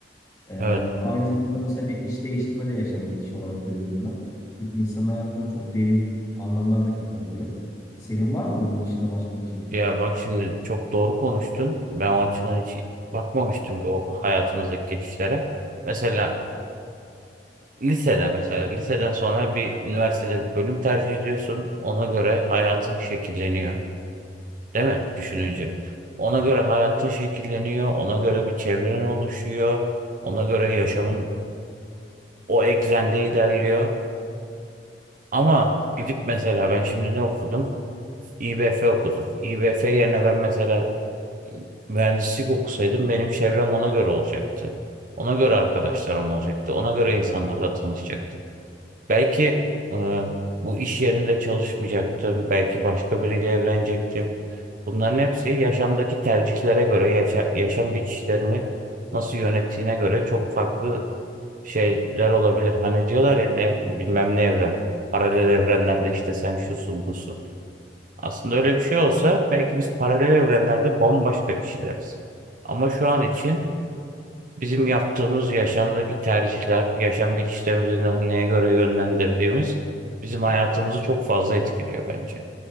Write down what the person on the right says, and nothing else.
Evet.
Ya bak şimdi çok doğru konuştun. Ben o açıdan hiç bakmamıştım ki o hayatımızdaki geçişlere. Mesela lisede mesela liseden sonra bir üniversitede bir bölüm tercih ediyorsun. Ona göre hayatın şekilleniyor. Değil mi? Düşününce. Ona göre hayatın şekilleniyor. Ona göre bir çevren oluşuyor. Ona göre yaşamın o eksende ilerliyor. Ama gidip mesela ben şimdi ne okudum? İBF okudum. İBF yerine ben mesela mühendislik okusaydım benim çevrem ona göre olacaktı. Ona göre arkadaşlarım olacaktı. Ona göre insanlarla tanışacaktım. Belki e, bu iş yerinde çalışmayacaktım. Belki başka biriyle evlenecektim. Bunların hepsi yaşamdaki tercihlere göre, yaşa- yaşam geçişlerini nasıl yönettiğine göre çok farklı şeyler olabilir. Hani diyorlar ya ne bilmem ne evren. Paralel evrenlerde işte sen şusun busun. Aslında öyle bir şey olsa belki biz paralel evrenlerde bambaşka kişileriz. Ama şu an için bizim yaptığımız yaşamdaki tercihler, yaşam geçişlerimizi ne- neye göre yönlendirdiğimiz bizim hayatımızı çok fazla etkiliyor bence.